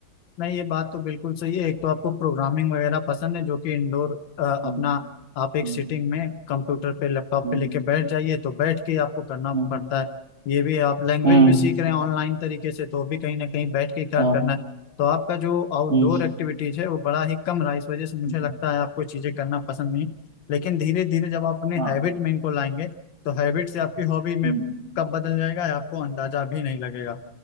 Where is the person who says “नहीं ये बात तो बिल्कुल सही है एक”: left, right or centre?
Left